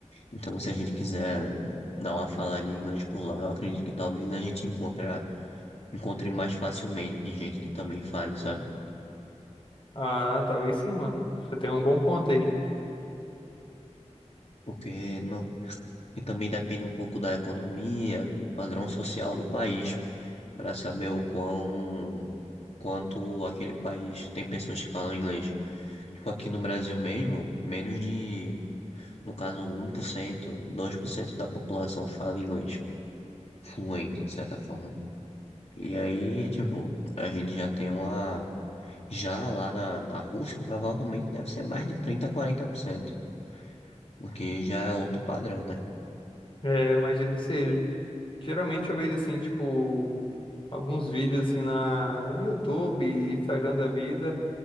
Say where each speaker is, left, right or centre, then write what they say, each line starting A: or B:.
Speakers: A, on the left; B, on the left.
A: Então, se a gente quiser dar uma falada em inglês por lá, eu acredito que talvez a gente encontra, encontre mais facilmente gente que também fale, sabe?
B: Ah, talvez sim, mano. Você tem um bom ponto aí.
A: Porque não, e também depende um pouco da economia, do padrão social do país, para saber o quão quanto aquele país tem pessoas que falam inglês. Tipo, aqui no Brasil mesmo, menos de, no caso, um por cento dois por cento da população fala inglês fluente, de certa forma. E aí, tipo, a gente já tem uma. Já lá na, na Rússia, provavelmente deve ser mais de 30 a 40% porque já é outro padrão, né?
B: É, eu imagino que seja. Geralmente eu vejo assim, tipo, alguns vídeos assim na no YouTube, Instagram da vida.